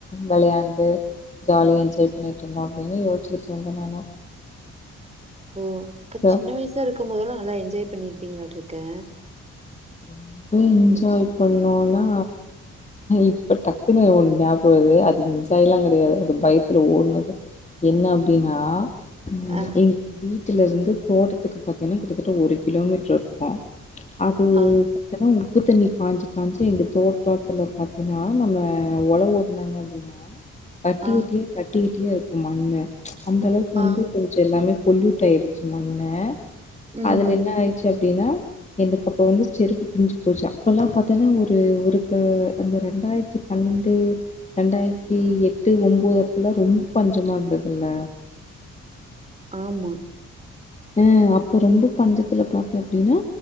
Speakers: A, on the left; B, on the right.
A: வெளையாண்டு ஜாலியா என்ஜாய் பண்ணிட்ருந்தோ அப்டின்னு யோச்சிக்கிட்ருந்தே நானு
B: ஓ அக்க
A: சோ
B: சின்ன வயசா இருக் க்கும் போதல்லா நல்லா என்ஜாய் பண்ணிருப்பீங்கலாட்ருக்கு
A: ரொம்ப என்ஜாய் பண்ணோனா இப்ப டக்குன்னு ஒன்னு ஞாபக வருது அது என்ஜாய்லா கெடயாது அது பயத்துல ஓட்னது என்ன அப்டின்னா அ
B: ஆ
A: எங்க வீட்டுலருந்து தோட்டத்துக்கு பாத்தினா கிட்டத்தட்ட ஒரு கிலோமீட்ரு இருக்கு அ து
B: ஆ
A: பாத்தனா உ ப்பு தண்ணி பாஞ்சு பாஞ்சு எங்க தோட்டத்துல பாத்தினா நம்ம ஒழவோட்னாங்க அப்டின்னா கட்டி
B: ஆ
A: கட்டியா கட்டி க ட்டியா இருக்கு மண்ணு அந்த அளவுக்கு வந்து
B: ஆ
A: கொஞ்ச எல்லாமே பொல்யூட் டாயிருச்சு மண்ணு
B: ம்
A: அதுல என்ன ஆயிர்ச்சு அ ப்டின்னா எந்த அப்ப வந்து செருப்பு பிஞ்சு போச்சு அப்பல்லா பாத்தன்னா ஒரு ஒரு க அந்த ரெண்டாயித்தி பன்னெண்டு ரெண்டாயிரத்தி எட்டு ஒம்போது அப்பல்லா ரொம்ப பஞ்சமா இருந்ததுல்ல
B: ஆமா
A: அ அப்ப ரொம்ப பஞ்சத்துல பாத்த அப்டின்னா